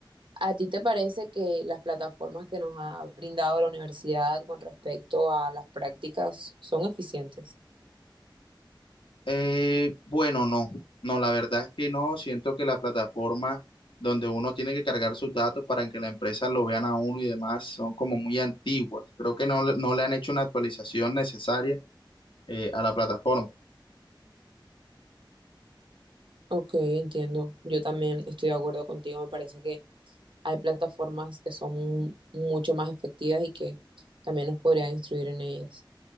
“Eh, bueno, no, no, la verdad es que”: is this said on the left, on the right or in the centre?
Left